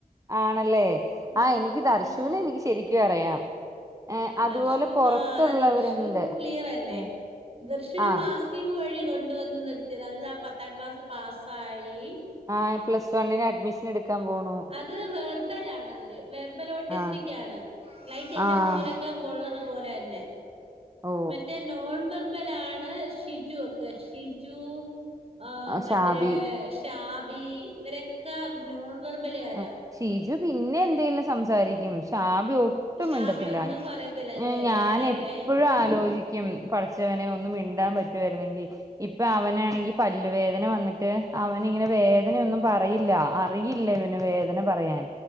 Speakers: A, on the right (about 20°); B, on the right (about 40°).
A: ആണല്ലേ
B: ഉം
A: ആഹ് എനിക്ക് ദർശുനെ
B: ഉം ഉം
A: എനിക്ക് ശരിക്കും അറിയാം ഏഹ് അതുപോലെ
B: ദർശു
A: പൊറത്തുള്ളവരുണ്ട്.
B: ആഹ് അതാ ദർശു ക്ലിയറല്ലേ
A: ആഹ്
B: ദർശുന്
A: ആഹ്
B: മാസ്- കിങ്ങ് വഴി കൊണ്ടു വന്ന് നിർത്തിതാ അവര് ദാ പത്താം ക്ലാസ് പാസ്സായി
A: ആഹ് പ്ലസ് വണ്ണിന് അഡ്മിഷനെടു ക്കാൻ പോണു-
B: അത് വെർബൽ ആണവര് വെർബൽ ഓട്ടിസ്റ്റിക്കാണ്
A: ആഹ്
B: ലൈക്ക് എന്റെ
A: ആഹ്
B: മോനെ ക്കെ ഒള്ളതുപോലെന്നെ
A: ഓ
B: മറ്റേ നോൺ വെർബലാണ് ഷിജു ഒക്കെ ഷിജു ആഹ്
A: ആ,
B: മറ്റേ
A: ഷാബി
B: ഷാബി ഇവരൊക്കെ നോൺ വെർബലുകാരാ
A: ആ, ഷീജു പിന്നേം എന്തേലും സംസാരിക്കും ഷാബി ഒട്ടും
B: ഷാബി
A: മിണ്ടത്തില്ല-
B: ഒന്നും പറയത്തില്ലല്ലേ
A: ഏഹ് ഞാനെപ്പഴും
B: അല്ലല്ലേ
A: ആലോചിക്കും പടച്ചവനെ ഒന്നു മിണ്ടാൻ പറ്റ്വാര്ന്നെങ്കി- ഇപ്പൊ അവനാണെങ്കി പല്ലുവേദന വന്നിട്ട് അവൻ ഇങ്ങനെ വേദനയൊന്നും പറയില്ല അറിയില്ല ഇവന്- വേദന പറയാൻ